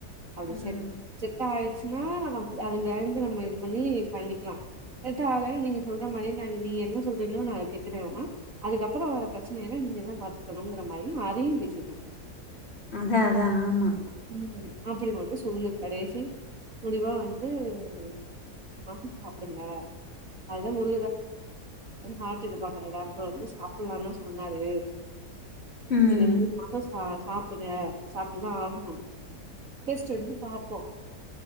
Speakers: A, on the right; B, on the left.
A: அப்டி
B: ம்
A: செட் செட்டா ஆய்ர்ச்சுன்னா அதுக அதுங்க ஆய்ர்ந்து நம்ம இது பண்ணி பண்ணிக்லா செட் ஆகள நீங்க சொல்ற மாரி நா நீ என்ன சொல்றீங்ளோ நா அது கேக்குறேனாமா அதுக்கப்பறோ வர ப்ரச்சனயெல்லா நீங் எதையாவ் பாத்துக்கணுங்றமாரி அதையு பேசிரே
B: அதா அதா ஆமா
A: உம் அப்படி மட்டு சொல்லு கடைசி முடிவா வந்து <unintelligible> <unintelligible> அதுதா <unintelligible> ம் ஹார்டுக்கு பாக்குற டாக்டர் வந்து சாப்புல்லான் தா சொன்னாரு
B: ம்
A: <unintelligible> சாப்புடுங்க சாப்ட்டுதா ஆகணும் டெஸ்ட் எடுத்து பாப்போ